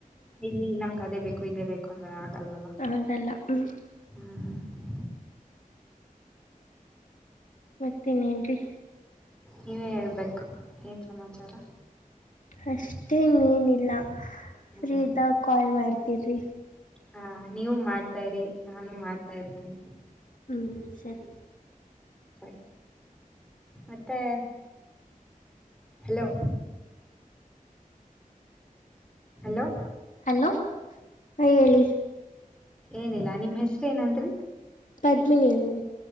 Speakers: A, in the centre; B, on the left (about 60°).
A: ಇಲ್ಲಿ ನಮ್ಗ ಅದೇ ಬೇಕು ಇದೇ ಬೇಕು ಅಂದ್ರೆ ಆಗಲ್ವಲ್ಲ
B: ಹಾಗಲ್ಲ ಹ್ಮ್
A: ಹ್ಮ್
B: ಮತ್ತೆ ನೇನ್ರಿ
A: ನೀವೇ ಹೇಳ್ಬೇಕು ಏನ್ ಸಮಾಚಾರ
B: ಅಷ್ಟೇನ್ನಏನಿಲ್ಲ
A: ಹ್ಮ್
B: ಫ್ರೀದಾಗ ಕಾಲ್ ಮಾಡ್ತೀರಿ
A: ಹಾ ನೀವು ಮಾಡ್ತಾ ಇರಿ ನಾನು ಮಾಡ್ತಾ ಇರ್ತೀನಿ
B: ಹ್ಮ್ ಸರಿ
A: ಸರಿ ಮತ್ತೆ ಹಲೋ ಹಲೋ
B: ಹಲೋ ಹ ಹೇಳಿ
A: ಏನಿಲ್ಲಾ ನಿಮ ಹೆಸರು ಏನಂರಿ
B: ಪದ್ಮಿನಿ ಅಂದನೆ